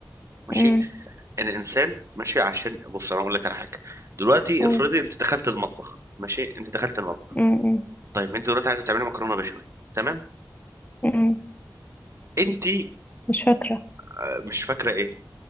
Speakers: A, on the right; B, on the left.
A: ماشي
B: امم
A: الانسان ماشي عشان بص انا اقول لك على حاجه دلوقتي
B: قول
A: افرضي انت دخلت المطبخ ماشي انت دخلت المطبخ
B: امم أمم.
A: طيب انت دلوقتي عايزه تعملي مكرونه بشاميل تمام
B: أمم.
A: انت
B: مش فاكرة
A: آه، مش فاكره ايه